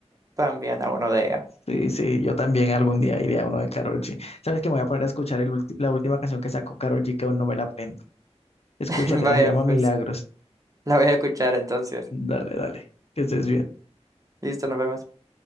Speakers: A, on the right; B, on the left.
A: también a uno de ella.
B: sí, sí, yo también algún día iré a uno de Karol G. ¿Sabes que me voy a poner a escuchar el ulti- la última canción que sacó Karol G, que aún no me la aprendo? Escúchatela,
A: <laughs> Vaya,
B: se llama Milagros.
A: pues la voy a escuchar entonces.
B: Dale, dale, que estés bien.
A: Listo, nos vemos.